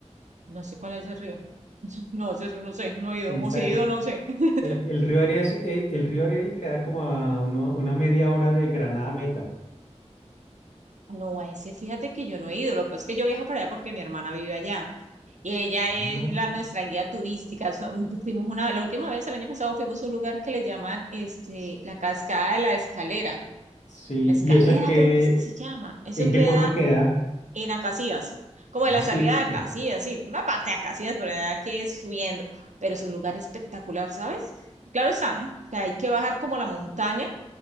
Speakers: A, on the right; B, on the left.
A: no sé cuál es el río. No, ese río no sé, no he ido.
B: Exacto.
A: O si he ido, no sé. <laughs>
B: Eh, el río Arira es, eh, el río Ariri queda como a uno- una media hora de Granada a Meta.
A: No, a ese fíjate que yo no he ido. Lo que pasa es que yo viajo para allá porque mi hermana vive allá. Y ella
B: Ah.
A: es la, nuestra guía turística. So- fuimos una, la última vez, el año pasado, fuimos a un lugar que le llaman este, la Cascada de la Escalera.
B: Sí,
A: La Escalera
B: ¿y eso en qué,
A: creo que es que se llama. Eso
B: en qué
A: queda
B: pueblo queda?
A: en Acacías, como
B: Ah,
A: de la
B: sí,
A: salida
B: listo.
A: de Acacías, sí, una parte de Acacías, pero verdad que es subiendo, pero es un lugar espectacular, ¿sabes? Claro está, ¿no? Que hay que bajar como la montaña,